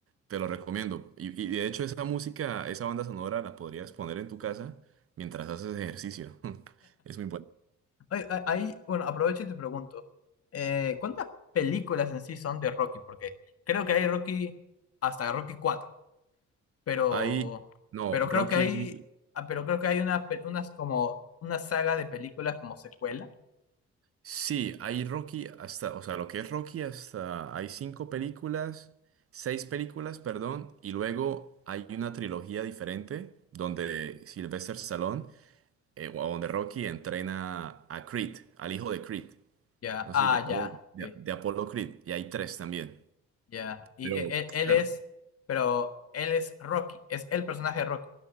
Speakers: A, on the right; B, on the left.
A: te lo recomiendo. Y, y de hecho esa música, esa banda sonora la podrías poner en tu casa mientras haces ejercicio. <laughs> Es muy bueno.
B: Ahí, ahí, bueno, aprovecho y te pregunto, eh, ¿cuántas películas en sí son de Rocky? Porque creo que hay Rocky hasta Rocky 4, pero,
A: Hay, no,
B: pero creo
A: Rocky,
B: que hay, ah, pero creo que hay una, pe- unas como una saga de películas como secuela.
A: sí, hay Rocky hasta, o sea, lo que es Rocky hasta, hay cinco películas, seis películas, perdón, y luego hay una trilogía diferente donde Sylvester Stallone, eh, o donde Rocky entrena a Creed, al hijo de Creed.
B: Ya,
A: No
B: ah,
A: sé si te acuerdas
B: ya,
A: de,
B: ok,
A: de Apollo Creed, y hay tres también.
B: ya. Y
A: Pero,
B: e- e- él,
A: claro,
B: es, pero él es Rocky, es el personaje de Rocky.